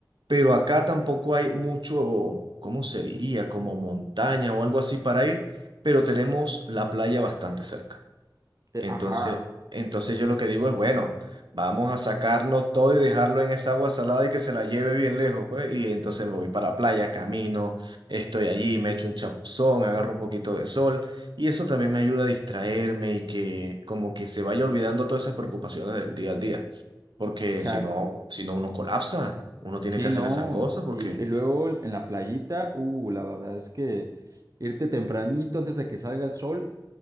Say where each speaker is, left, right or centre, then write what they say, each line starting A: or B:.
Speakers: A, on the right; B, on the right.
A: pero acá tampoco hay mucho, ¿cómo se diría? Como montaña o algo así para ir, pero tenemos la playa bastante cerca.
B: Eh,
A: Entonces,
B: Ajá,
A: entonces yo lo que digo es, bueno, vamos a sacarnos todo y dejarlo en esa agua salada y que se la lleve bien lejos, pues. Y entonces me voy para la playa, camino, estoy allí, me echo un chapuzón, agarro un poquito de sol. Y eso también me ayuda a distraerme y que como que se vaya olvidando todas esas preocupaciones del día al día. Porque
B: exacto.
A: si no, si no uno colapsa, uno tiene
B: Sí,
A: que hacer
B: no.
A: esas cosas porque
B: Y, y luego en la playita, uh, la verdad es que irte tempranito antes de que salga el sol